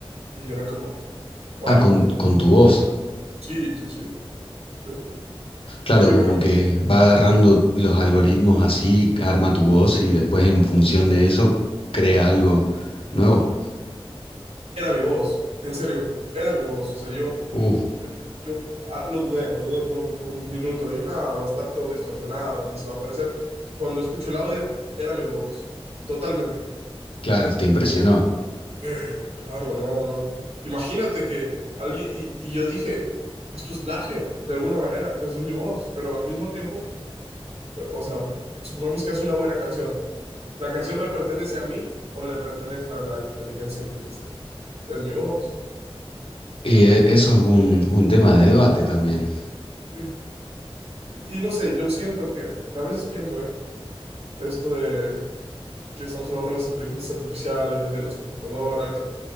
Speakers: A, on the right (about 85°); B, on the left (about 65°).
A: Y era como, wow,
B: Ah, con, con tu voz.
A: sí, sí, sí, sí.
B: Claro,
A: Sí,
B: como
A: por ejemplo,
B: que va agarrando los algoritmos así, arma tu voz y después en función de eso crea algo nuevo.
A: era mi voz, en serio, era mi voz. O sea, yo,
B: Uf,
A: yo, yo ah, lo dudé, lo dudé por un, por un minuto. Dije, nada, va a estar todo distorsionado, ni se va a aparecer. Cuando escucho el audio, era mi voz, totalmente.
B: claro, te impresionó.
A: <laughs> Eh, Claro, no, no. Imagínate que alguien, y, y yo dije, esto es plagio, de alguna manera, pues es mi voz, pero al mismo tiempo, eh, o sea, supongamos que hace una buena canción. ¿La canción me pertenece a mí o le pertenece a la inteligencia artificial? Es mi voz,
B: Y e- eso es un, un tema de debate también.
A: sí. Y, y no sé, yo siento que, a veces pienso, ¿eh? Esto de que estamos hablando de las inteligencias artificiales, de las computadoras,